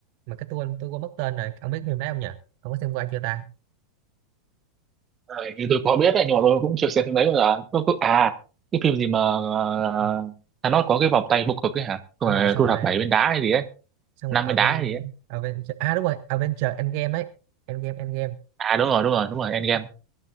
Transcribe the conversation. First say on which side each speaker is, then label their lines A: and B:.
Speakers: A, on the right; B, on the right.
A: mà cái tôi tôi quên mất tên rồi ông biết phim đấy không nhỉ ông có xem qua chưa ta
B: Ờ, như tôi có biết đấy nhưng mà tôi cũng chưa xem phim đấy bao giờ tôi, tôi, à cái phim gì mà uh,
A: Ừ,
B: Thanos có cái vòng tay vô cực ấy hả Xong
A: đúng
B: rồi
A: rồi xong
B: thu
A: rồi
B: thập bảy viên đá hay gì ấy
A: xong rồi
B: năm
A: Aven
B: viên đá hay gì ấy
A: Avenger à đúng rồi Avenger Endgame ấy Endgame Endgame
B: à đúng rồi đúng rồi đúng rồi Endgame